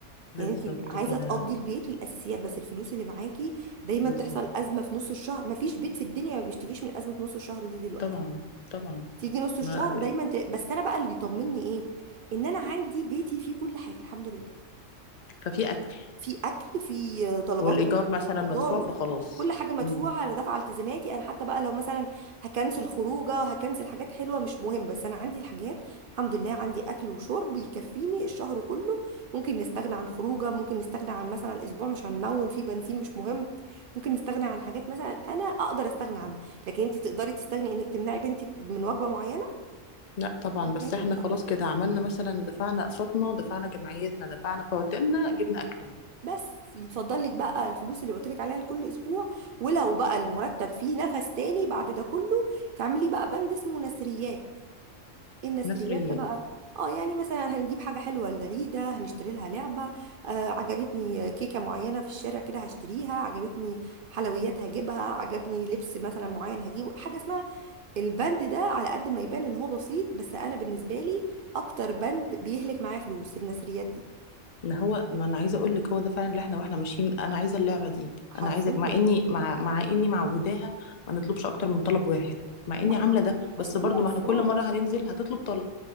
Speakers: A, on the left; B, on the right.
A: بالظبط
B: يعني انت عايزة
A: كده
B: تقضي البيت للأساسيات بس الفلوس اللي معاكي دايما
A: بالظبط
B: تحصل أزمة في نص الشهر مفيش بيت في الدنيا ما بيشتكيش من أزمة في نص الشهر دي دلوقتي
A: طبعا طبعا
B: تيجي نص الشهر
A: ما
B: دايما ت... بس انا بقى اللي بيطمني ايه ان انا عندي بيتي فيه كل حاجة الحمد لله
A: <laughs> ففي اكل
B: في اكل في طلبات
A: والايجار
B: من
A: مثلا
B: الفطار
A: مدفوع فخلاص
B: كل حاجه مدفوعه
A: مم.
B: انا دافعه التزاماتي انا حتى بقى لو مثلا هكنسل خروجه هكنسل حاجات حلوه مش مهم بس انا عندي الحاجات الحمد لله عندي اكل وشرب يكفيني الشهر كله ممكن نستغنى عن خروجه ممكن نستغنى عن مثلا اسبوع مش هنمون فيه بنزين مش مهم ممكن نستغنى عن حاجات مثلا انا اقدر استغنى عنها لكن انت تقدري تستغني انك تمنعي بنتك من وجبه معينه
A: لا طبعا
B: مش
A: بس
B: هينفع
A: احنا خلاص كده عملنا مثلا دفعنا اقساطنا دفعنا جمعيتنا دفعنا فواتيرنا جبنا اكلنا
B: بس يتفضل لك بقى الفلوس اللي قلت لك عليها لكل اسبوع ولو بقى المرتب فيه نفس تاني بعد ده كله تعملي بقى بند اسمه نسريات ايه النسريات
A: ناس ريال
B: ده بقى اه يعني مثلا هنجيب حاجه حلوه لداليدا هنشتري لها لعبه آه عجبتني كيكه معينه في الشارع كده هشتريها عجبتني حلويات هجيبها عجبني لبس مثلا معين هجيبه حاجه اسمها البند ده على قد ما يبان ان هو بسيط بس انا بالنسبه لي اكتر بند بيهلك معايا فلوس النسريات دي
A: ما هو ما انا عايزه اقول لك هو ده فعلا اللي احنا واحنا ماشيين انا عايزه اللعبه دي
B: حرفيا
A: انا عايزك مع اني مع مع اني معوداها ما نطلبش اكتر من طلب واحد مع
B: لا
A: اني عامله
B: ما
A: ده بس
B: اصل
A: برضو
B: دول اطفال
A: ما احنا كل مره هننزل هتطلب طلب